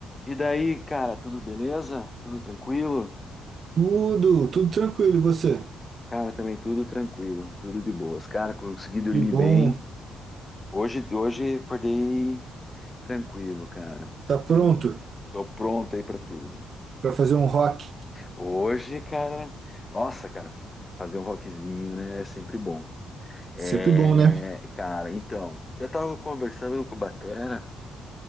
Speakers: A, on the left; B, on the right.
A: E daí, cara, tudo beleza? Tudo tranquilo?
B: Tudo, tudo tranquilo, e você?
A: Cara, também tudo tranquilo, tudo de boas. Cara, consegui dormir
B: Que bom.
A: bem. Hoje, hoje acordei tranquilo, cara.
B: Tá pronto
A: Bem, tô pronto aí pra tudo.
B: para fazer um rock?
A: Hoje, cara, nossa, cara, fazer um rockzinho, né, é sempre bom. É,
B: Sempre bom, né?
A: cara, então, eu tava conversando com o Batera